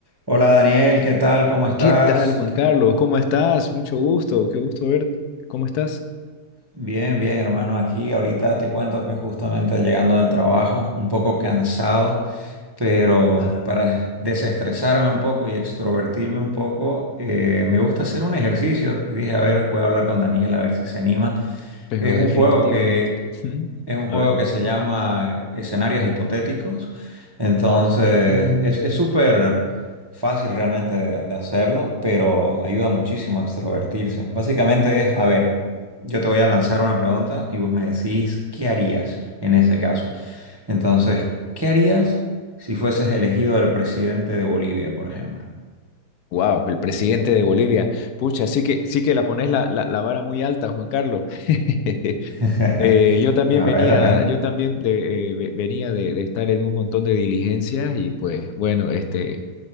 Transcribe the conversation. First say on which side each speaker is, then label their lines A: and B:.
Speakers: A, on the right; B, on the left.
A: Hola Daniel, ¿qué tal? ¿Cómo estás?
B: ¿Qué tal, Juan
A: ¿Qué-
B: Carlos? ¿Cómo estás? Mucho gusto, qué gusto verte. ¿Cómo estás?
A: Bien, bien, hermano. Aquí ahorita te cuento que justamente llegando del trabajo, un poco cansado, pero
B: Ah,
A: para desestresarme un poco y extrovertirme un poco, eh, me gusta hacer un ejercicio. Y dije, a ver, voy a hablar con Daniel a ver si se anima.
B: pero
A: Es un
B: definitivamente.
A: juego que
B: Ujú.
A: es un
B: A
A: juego
B: ver.
A: que se llama Escenarios Hipotéticos. Entonces, Mm. es es súper fácil realmente de, de hacerlo, pero ayuda muchísimo a extrovertirse. Básicamente es, a ver, yo te voy a lanzar una pregunta y vos me decís qué harías en ese caso. Entonces, ¿qué harías si fueses elegido el presidente de Bolivia, por ejemplo?
B: Wow, el presidente de Bolivia. Pucha, sí que, sí que la pones la, la, la vara muy alta, Juan Carlos. <laughs>
A: <laughs>
B: Eh, yo también
A: A
B: venía,
A: ver, a ver,
B: yo también de, eh, ve- venía de, de estar en un montón de diligencias y pues bueno, este,